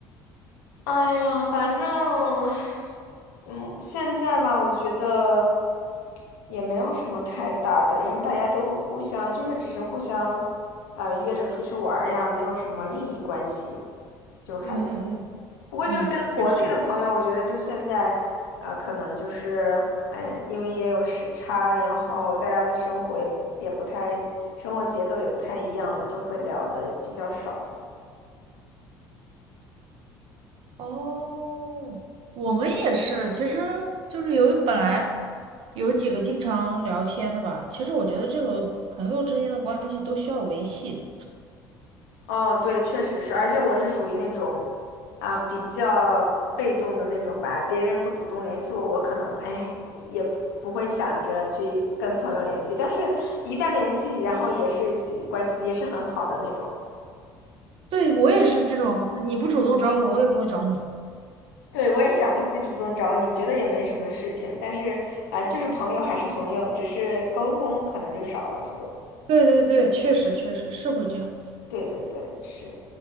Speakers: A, on the left (about 80°); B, on the right (about 65°).
A: 哎呀，反正，嗯，现在吧，我觉得也没有什么太大的，因为大家都互相就是只是互相，嗯、约着出去玩儿呀，没有什么利益关系，就还行。
B: 嗯嗯
A: 不过就是跟国内的朋友，
B: 嗯，嗯，确实。
A: 我觉得就现在，啊，可能就是，哎，因为也有时差，然后大家的生活也也不太，生活节奏也不太一样了，就会聊的比较少了。
B: 哦，我们也是，
A: 对，
B: 其实就是有本来有几个经常聊天的吧。其实我觉得这个朋友之间的关系都需要维系的。
A: 哦，对，确实是，而且我是属于那种，啊，比较被动的那种吧，别人不主动联系我，我可能，哎，也不不会想着去跟朋友联系，但是一旦联系，然后也是呃关系也是很好的那种。
B: 对，我也是这种，你不主动找我，
A: 嗯。
B: 我也不会找你。
A: 对，我也想不起主动找你，觉得也没什么事情，但是啊、就是朋友还是朋友，只是沟通可能就少了这种。
B: 对对对，确实确实是会这样子。
A: 对对对，是。